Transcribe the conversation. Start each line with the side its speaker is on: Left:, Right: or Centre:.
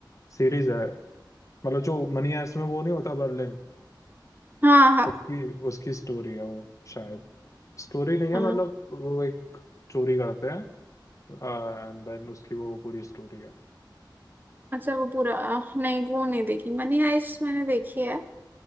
Left: सीरीज है मतलब जो मनी हाइस्ट में वो नहीं होता बर्लिन
Right: हाँ हाँ
Left: उसकी उसकी स्टोरी है वो शायद स्टोरी नहीं
Right: अ,
Left: है मतलब वो एक चोरी करते हैं एंड देन उसकी वो पूरी स्टोरी है
Right: अच्छा वो पूरा अ, नहीं वो नहीं देखी मनी हाइस्ट मैंने देखी है